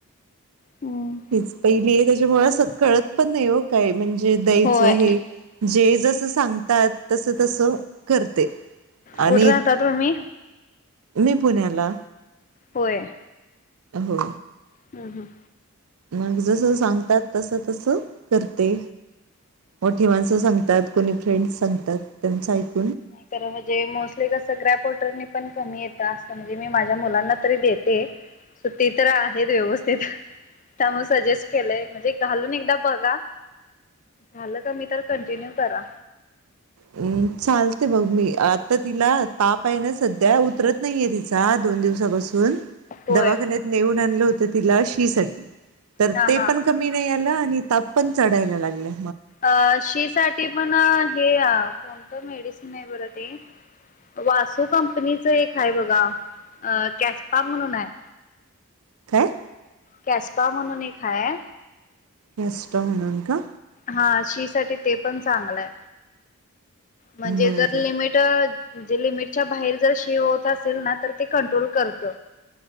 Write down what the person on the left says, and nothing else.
हम्म
होय.
कुठे राहता तुम्ही?
होय.
हम्म हम्म.
नाही
नाही खर म्हणजे मोस्टली कसं ग्रॅप वॉटरने पण कमी येत असं म्हणजे मी माझ्या मुलांना तरी देते ते तर आहेत व्यवस्थित. त्यामुळे सजेस्ट केलंय, म्हणजे घालून एकदा बघा. झालं कमी तर कंटिन्यू करा.
होय
हा
हा.
अ -शी साठी पण हे- कोणतं मेडिसिन आहे बरं ते वासू कंपनीच एक हाय बघा, कॅस्पा म्हणून हाय.
कॅसपा म्हणून एक हाय.
हां शी साठी ते पण चांगलंय. म्हणजे
जर लिमिट म्हणजे लिमिटच्या बाहेर जर शी होत असेल ना, तर ते कंट्रोल करत.